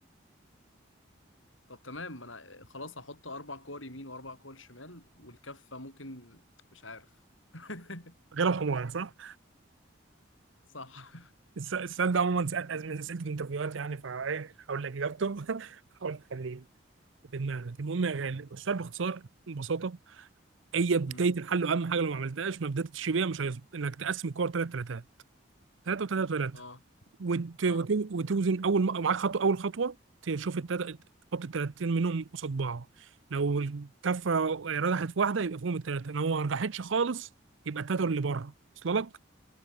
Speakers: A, on the left; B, on the right.
A: طب تمام ما أنا خلاص هحط أربع كور يمين وأربع كور شمال والكفة ممكن مش عارف <laughs>
B: غير الحمار صح
A: صح
B: الس- السؤال ده عموما سأل- من اسئله الانترفيوهات يعني فايه هقول لك اجابته <laughs> هحاول تخليه في دماغك المهم يا غالي السؤال باختصار ببساطه هي بدايه
A: مم.
B: الحل واهم حاجه لو ما عملتهاش ما بداتش بيها مش هيظبط انك تقسم الكور ثلاث ثلاثات ثلاثه وثلاثه وثلاثه
A: اه
B: وت...
A: اه
B: وت... وتوزن اول م... معاك خطوه اول خطوه تشوف التلاتة... تحط الثلاثتين منهم قصاد بعض لو الكفه رجحت في واحده يبقى فيهم الثلاثه لو ما رجحتش خالص يبقى الثلاثه اللي بره وصل لك